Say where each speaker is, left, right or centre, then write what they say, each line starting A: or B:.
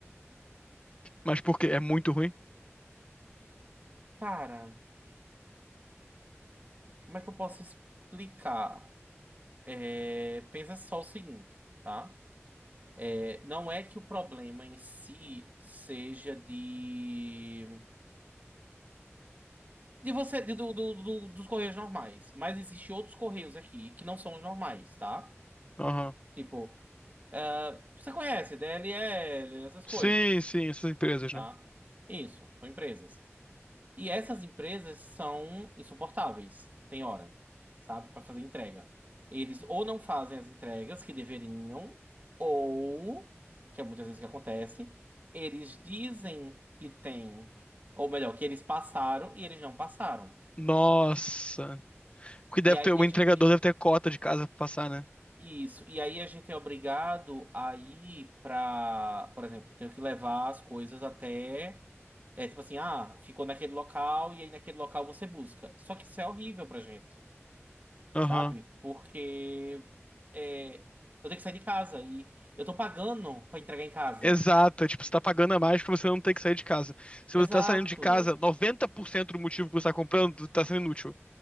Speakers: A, on the left (about 25°); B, on the right (about 35°).
A: Mas por quê? É muito ruim?
B: cara, como é que eu posso explicar? É, pensa só o seguinte, tá? É, não é que o problema em si seja de De você, de- do, do- do- dos correios normais. Mas existem outros correios aqui que não são os normais, tá?
A: Aham.
B: Tipo, ah, você conhece DLL, essas coisas,
A: Sim, sim, essas empresas,
B: tá?
A: né?
B: Isso, são empresas. E essas empresas são insuportáveis, tem hora, sabe? Para fazer entrega. Eles ou não fazem as entregas que deveriam, ou, que é muitas vezes o que acontece, eles dizem que tem, ou melhor, que eles passaram e eles não passaram.
A: Nossa. Porque deve
B: E aí
A: ter, o
B: a
A: entregador
B: gente
A: deve ter cota de casa pra passar, né?
B: Isso. E aí a gente é obrigado a ir pra, por exemplo, tenho que levar as coisas até. É tipo assim, ah, ficou naquele local e aí naquele local você busca. Só que isso é horrível pra gente,
A: Aham.
B: sabe? Porque é, eu tenho que sair de casa e eu tô pagando pra entregar em casa.
A: Exato. É tipo, você tá pagando a mais pra você não ter que sair de casa. Se
B: Exato.
A: você tá saindo de casa, 90% do motivo que você tá comprando tá sendo inútil.